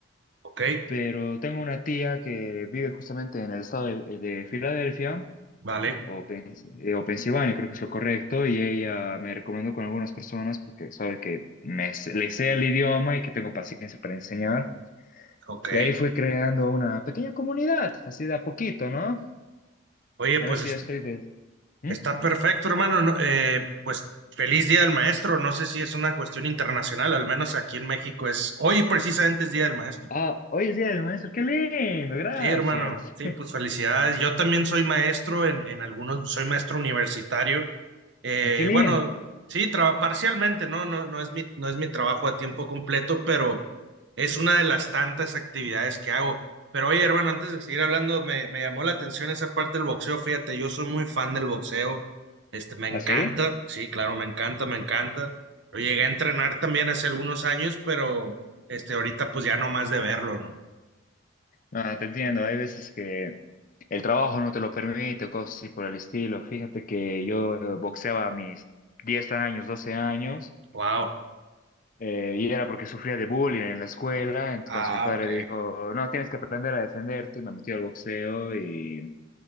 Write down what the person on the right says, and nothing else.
Ok,
vale,
ok.
Oye,
pues
es-
está perfecto, hermano. No, eh, pues feliz Día del Maestro. No sé si es una cuestión internacional, al menos aquí en México es. Hoy precisamente es Día del Maestro.
Sí, hermano. Sí, pues felicidades. Yo también soy maestro en, en algunos, soy maestro universitario. Eh,
bueno, sí, traba- parcialmente, ¿no? No, no es mi, no es mi trabajo a tiempo completo, pero es una de las tantas actividades que hago. Pero oye, hermano, antes de seguir hablando, me, me llamó la atención esa parte del boxeo. Fíjate, yo soy muy fan del boxeo. Este, me encanta.
Sí, claro, me encanta, me encanta. Lo llegué a entrenar también hace algunos años, pero este, ahorita pues ya no más de verlo, ¿no?
Wow.
Ah,
ok,